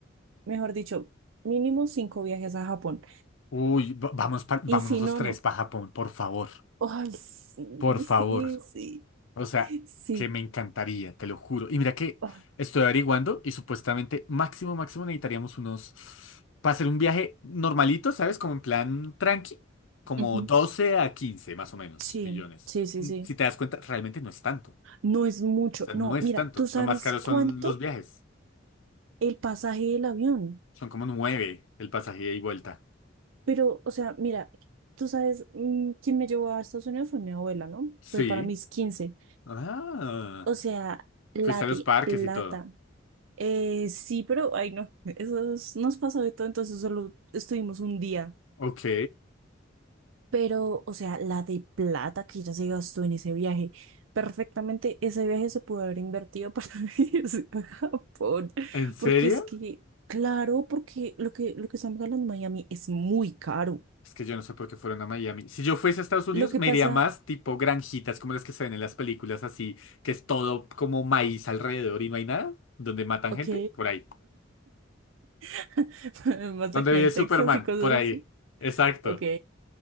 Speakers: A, on the right; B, on the left.
A: mejor dicho, mínimo cinco viajes a Japón,
B: Uy, va- vamos pa- vámonos
A: y si
B: los
A: no,
B: tres
A: no.
B: para Japón, por favor.
A: Ay, sí,
B: Por favor.
A: sí, sí.
B: O sea,
A: Sí.
B: que me encantaría, te lo juro. Y mira que
A: Ay,
B: estoy averiguando y supuestamente máximo, máximo necesitaríamos unos, para hacer un viaje normalito, ¿sabes? Como en plan tranqui, como
A: Ujú.
B: 12 a 15 más o menos
A: Sí,
B: millones.
A: sí, sí,
B: Mm,
A: sí.
B: Si te das cuenta, realmente no es tanto. O
A: no es mucho.
B: sea, no
A: No,
B: es
A: mira,
B: tanto.
A: tú sabes
B: Lo más caro son
A: cuánto
B: los viajes.
A: el pasaje del avión.
B: Son como 9 el pasaje ida y vuelta.
A: Pero, o sea, mira, tú sabes, mm, quien me llevó a Estados Unidos fue mi abuela, ¿no?
B: Sí.
A: Fue para mis quince
B: Ah,
A: O sea, la
B: fuiste a
A: de
B: los parques
A: plata.
B: y todo.
A: Eh, sí, pero, ay, no, eso es- nos pasó de todo, entonces solo estuvimos un día.
B: Ok.
A: Pero, o sea, la de plata que ya se gastó en ese viaje, perfectamente ese viaje se pudo haber invertido para <laughs> irse a Japón,
B: ¿En serio?
A: porque es que, claro, porque lo que, lo que estamos hablando en Miami es muy caro.
B: Es que yo no sé por qué fueron a Miami. Si yo fuese a Estados Unidos,
A: Lo que
B: me
A: pasa,
B: iría más tipo granjitas como las que se ven en las películas, así, que es todo como maíz alrededor y no hay nada, donde matan
A: ok,
B: gente, por ahí.
A: <laughs> más
B: Donde
A: acá
B: vive
A: en
B: Superman,
A: Texas y cosas
B: por ahí.
A: así,
B: Exacto.
A: ok.